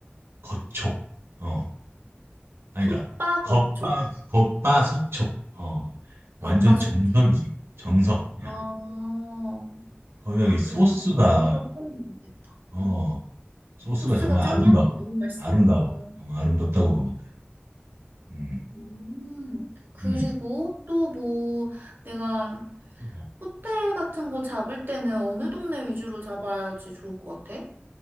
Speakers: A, on the right (about 85°); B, on the right (about 55°).
A: 겉촉. 어, 아니다.
B: 속바
A: 겉바,
B: 겉촉.
A: 겉바, 속촉. 어, 완전
B: 겉바 속촉.
A: 정석이지. 정석, 그냥.
B: 아,
A: 거기다
B: 아,
A: 이 소스가
B: 그래, 그래. 그것도 포함이 되겠다.
A: 어,
B: 응.
A: 소스가
B: 소스가
A: 정말
B: 짱이야?
A: 아름다워.
B: 어, 너무 맛있어?
A: 아름다워.
B: 어.
A: 어, 아름답다고 보면 돼. 음,
B: 음. 그리고
A: 음.
B: 또 뭐, 내가
A: 어.
B: 호텔 같은 거 잡을 때는 어느 동네 위주로 잡아야지 좋을 것 같아?